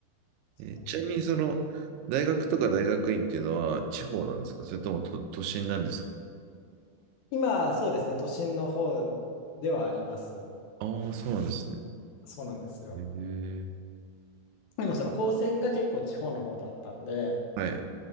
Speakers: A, on the left; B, on the right.
A: そうなんです。
B: えーちなみに、その、大学とか大学院っていうのは地方なんですかそれとも都、都心なんですか
A: 今、そうですね。都心の方ではあります。
B: ああー、そうなんですね。
A: そうなんですよ。
B: えー、
A: でもその高専が結構地方の方だったんで、
B: はい。